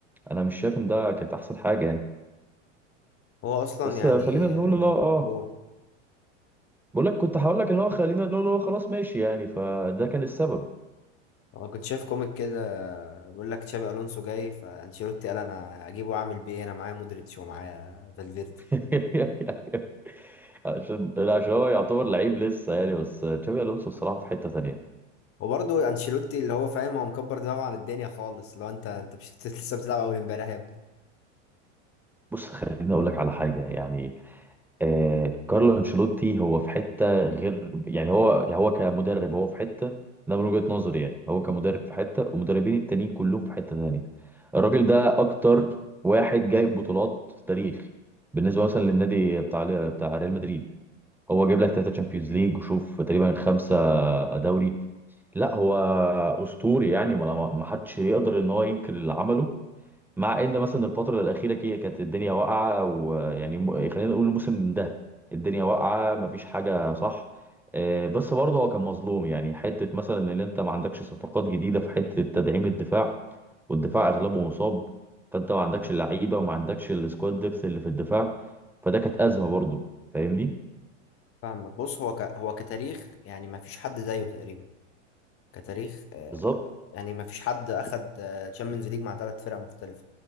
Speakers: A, in the centre; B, on the left (about 35°).
A: انا مش شايف ان ده كانت احسن حاجه يعني
B: هو اصلا
A: بس
B: يعني
A: آه، خلينا نقول
B: آه،
A: لا اه
B: قول
A: بقول لك كنت هقول لك ان هو خلينا نقول هو خلاص ماشي يعني فده كان السبب
B: انا كنت شايف كوميك كده بيقول لك تشابي الونسو جاي فانشيلوتي قال انا اجيبه واعمل بيه إيه؟ انا معايا مودريتش ومعايا فالفيردي
A: <laughs> عشان عشان هو يعتبر لعيب لسه يعني بس تشابي الونسو بصراحه في حته تانية
B: وبرضه انشيلوتي اللي هو فاهم هو مكبر دماغه عن الدنيا خالص لو انت انت مش <laughs> لسه لسه بتلعب اول امبارح يا ابني
A: بص خليني اقول لك على حاجه يعني آه كارلو انشيلوتي هو في حته غير يعني هو هو كمدرب هو في حته ده من وجهه نظري يعني هو كمدرب في حته والمدربين التانيين كلهم في حته تانية الراجل ده اكتر واحد جايب بطولات في التاريخ بالنسبه مثلا للنادي بتاع بتاع ريال مدريد هو جايب لك ثلاثه تشامبيونز ليج وشوف تقريبا خمسه دوري لا هو اسطوري يعني ما ما- ما حدش يقدر ان هو ينكر اللي عمله مع ان مثلا الفتره الاخيره كي كانت الدنيا واقعه ويعني م- خلينا نقول الموسم ده الدنيا واقعه ما فيش حاجه صح آه، بس برضه هو كان مظلوم يعني حته مثلا ان انت ما عندكش صفقات جديده في حته تدعيم الدفاع والدفاع اغلبه مصاب فانت ما عندكش لعيبه وما عندكش السكواد ديبث اللي في الدفاع فده كانت ازمه برضه فاهمني
B: فاهمك بص هو ك... هو كتاريخ يعني ما فيش حد زيه تقريبا كتاريخ آه،
A: بالظبط
B: يعني ما فيش حد اخد تشامبيونز ليج مع ثلاث فرق مختلفة